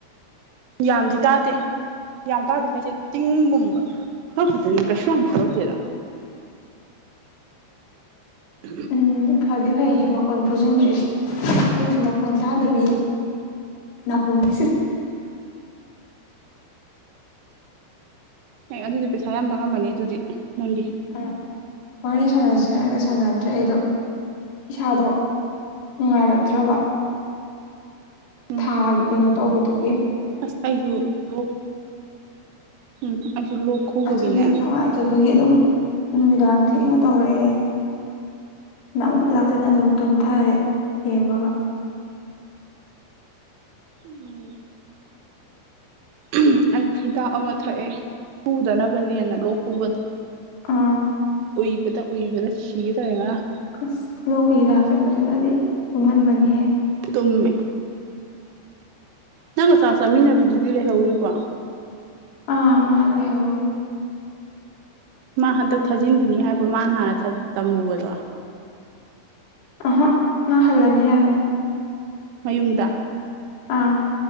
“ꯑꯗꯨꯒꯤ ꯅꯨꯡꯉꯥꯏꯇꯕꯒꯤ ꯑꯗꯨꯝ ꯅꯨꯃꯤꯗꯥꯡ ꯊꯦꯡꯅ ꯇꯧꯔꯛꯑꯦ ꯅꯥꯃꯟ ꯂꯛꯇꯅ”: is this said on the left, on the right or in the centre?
Left